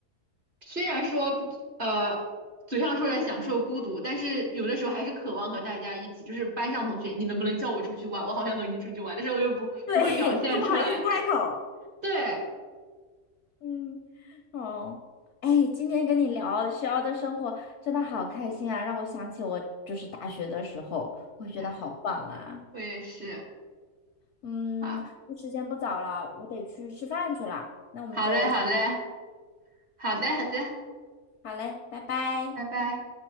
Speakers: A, on the right; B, on the left.
A: 虽然说呃嘴上说着享受孤独，但是有的时候还是渴望和大家一起，就是班上同学，你能不能叫我出去玩？我好想和你出去玩，但是我又不不会表现出来。
B: 对，<laughs> 又不好意思开口，
A: <laughs> 对，
B: 嗯，哦，哎，今天跟你聊学校的生活真的好开心啊，让我想起我就是大学的时候，我觉得好棒啊，
A: 哎，我也是，
B: 嗯，
A: 好，
B: 时间不早了，我得去吃饭去了，那我们就
A: 好嘞，好嘞，好的，好的，
B: 好嘞，拜拜。
A: 拜拜。